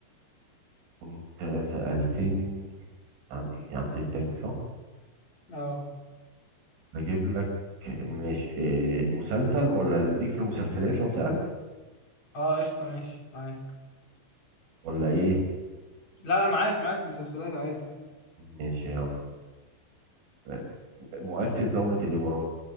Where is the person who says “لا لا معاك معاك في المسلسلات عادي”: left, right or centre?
Left